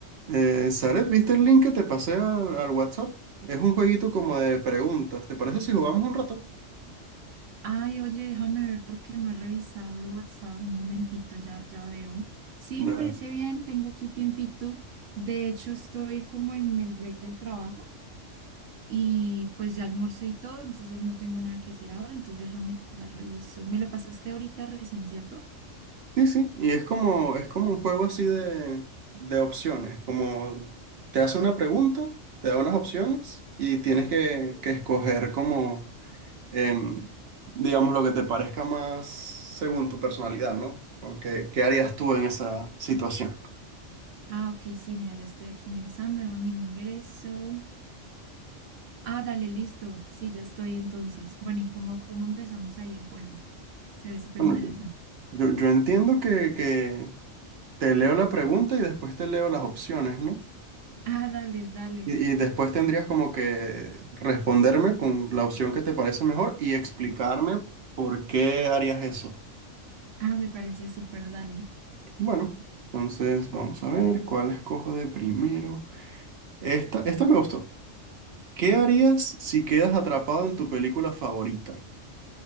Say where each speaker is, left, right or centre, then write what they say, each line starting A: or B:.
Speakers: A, on the right (about 60°); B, on the right (about 80°).
A: Eh, Zaret, ¿viste el link que te pasé al, al WhatsApp? Es un jueguito como de preguntas. ¿Te parece si jugamos un rato?
B: Ay, oye, déjame ver porque no he revisado el WhatsApp. Un momentito, ya, ya veo. Sí,
A: Dale.
B: me parece bien, tengo aquí tiempito. De hecho, estoy como en el break del trabajo y pues ya almorcé y todo, entonces no tengo nada que hacer ahora, entonces déjame, ya reviso. Me lo pasaste ahorita recién, ¿cierto?
A: Sí, sí. Y es como, es como un juego así de, de opciones. Como te hace una pregunta, te da unas opciones y tienes que, que escoger como, em, digamos, lo que te parezca más según tu personalidad, ¿no? O qué, qué harías tú en esa situación.
B: Ah, ok, sí, mira, ya estoy aquí ingresando, déjame ingreso. Ah, dale, listo. Sí, ya estoy entonces. Bueno, ¿y cómo, cómo empezamos ahí el juego? Se ve súper
A: Bueno,
B: interesante.
A: yo, yo yo entiendo que, que te leo la pregunta y después te leo las opciones, ¿no?
B: Ah, dale, dale.
A: Y, y después tendrías como que responderme con la opción que te parece mejor y explicarme por qué harías eso.
B: Ah, me parece súper, dale.
A: Bueno, entonces vamos a ver cuál escojo de primero. Esta, esta me gustó. ¿Qué harías si quedas atrapado en tu película favorita?